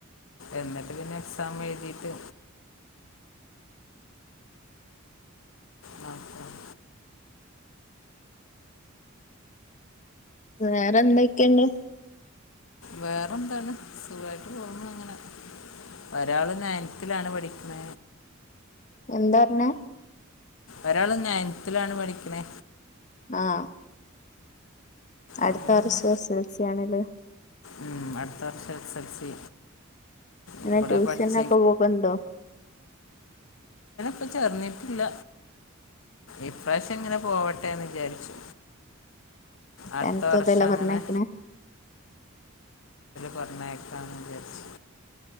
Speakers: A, on the left (about 70°); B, on the left (about 35°).
A: എന്നിട്ട് പിന്നെ എക്സാം എഴുതിട്ട് നോക്കണം
B: വേറെ എന്തൊക്കെയണ്ട്
A: വേറെന്താണ് സുഖായിട്ട് പോോന്നുന്നു അങ്ങനെ ഒരാള് നയനത്തിലാണ് പഠിക്കുന്ന
B: എന്താ പറഞ്ഞ
A: ഒരാള് നയൻത്തിലൽാണ് പഠിക്കണേ
B: ആഹ് അടുത്ത
A: ഓലെ അങ്ങനെ.
B: വറശ ശൽസ ആണല്ല
A: ഉം അടുത്ത വർഷം എസ് എൽ സി
B: ഇങ്ങെ
A: ഇപ്പോഴെ
B: ട്യൂഷനൊക്കെ
A: പഠിച്ച
B: പോക്കന്തോ
A: ഇപ്പൊ ചേർന്നിട്ടില്ല ഇപ്രാവശ്യം എങ്ങനെ പോവട്ടെന്ന് വിചാരിച്ചു അടുത്ത
B: ആഹ ടെതല്ല
A: വർഷം
B: പറഞ്ഞക്കനെ
A: അങ്ങനെ പറഞ്ഞേക്കാന്ന് വിചാരിച്ച